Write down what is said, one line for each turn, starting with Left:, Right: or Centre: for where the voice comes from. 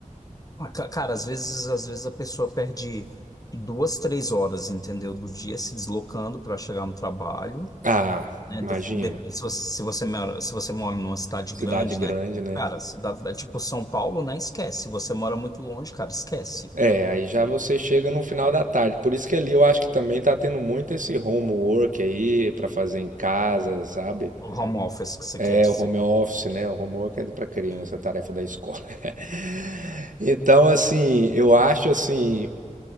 Left: Ah, ca- Cara, às vezes, às vezes a pessoa perde duas, três horas, entendeu? Do dia se deslocando para chegar no trabalho.
Right: ah,
Left: né?
Right: imagina,
Left: De- de- se você, se você mora, se você mora numa cidade
Right: cidade
Left: grande,
Right: grande,
Left: né?
Right: né?
Left: Cara, cidade, é tipo São Paulo, né? Esquece. Se você mora muito longe, cara, esquece.
Right: É, aí já você chega no final da tarde. Por isso que ali eu acho que também tá tendo muito esse homework aí pra fazer em casa, sabe?
Left: O home office que você
Right: É
Left: quer dizer.
Right: o home office, né? O homework é pra criança,
Left: Sim.
Right: é tarefa da escola. <laughs> Então, assim, eu acho assim